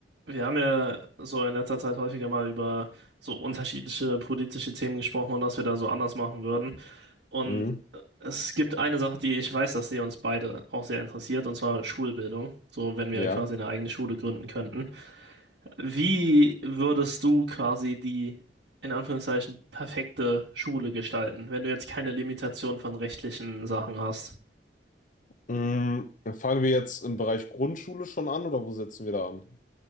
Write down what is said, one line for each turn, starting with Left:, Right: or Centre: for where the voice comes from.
Right: Wir haben ja so in letzter Zeit häufiger mal über so unterschiedliche politische Themen gesprochen und was wir da so anders machen würden. Und
Left: Mhm.
Right: es gibt eine Sache, die ich weiß, dass die uns beide auch sehr interessiert, und zwar Schulbildung. So, wenn wir
Left: Ja.
Right: quasi eine eigene Schule gründen könnten. Wie würdest du quasi die, in Anführungszeichen, perfekte Schule gestalten, wenn du jetzt keine Limitation von rechtlichen Sachen hast?
Left: Mhm. Fangen wir jetzt im Bereich Grundschule schon an oder wo setzen wir da an?